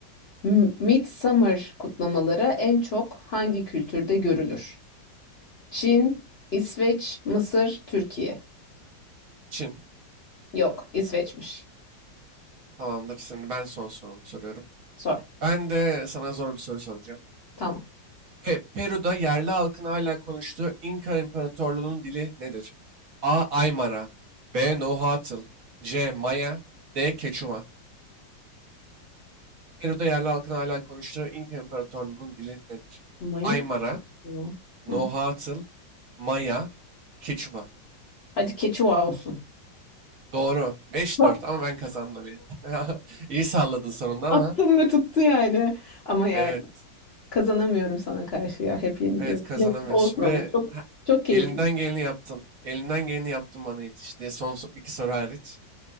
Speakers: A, on the left; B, on the right.
A: M- Midsummer kutlamaları en çok hangi kültürde görülür? Çin, İsveç, Mısır, Türkiye.
B: Çin.
A: Yok, İsveç'miş.
B: Tamamdır. Şimdi ben son sorumu soruyorum.
A: Sor.
B: Ben de sana zor bir soru soracağım.
A: Tamam.
B: Pe- Peru'da yerli halkın hala konuştuğu İnka İmparatorluğu'nun dili nedir? A. Aymara B. Nahuatl C. Maya D. Keçuva Peru'da yerli halkın hala konuştuğu İnka İmparatorluğu'nun dili nedir?
A: Maya
B: Aymara,
A: değil mi bu?
B: Nahuatl,
A: Hı.
B: Maya, Keçuva.
A: Hadi Keçuva olsun.
B: Doğru. Beş
A: <laughs> Bak,
B: dört ama ben kazandım yine. <laughs> İyi salladın sonunda
A: Attım
B: ama.
A: ve tuttu yani. Ama yani
B: Evet.
A: kazanamıyorum sana karşı ya. Hep yeniliyorum.
B: Evet kazanamıyorsun.
A: Neyse olsun
B: Bir
A: ama
B: de
A: çok
B: ha,
A: çok keyifli.
B: elimden geleni yaptım. Elimden geleni yaptım bana yetiş diye son so- iki soru hariç.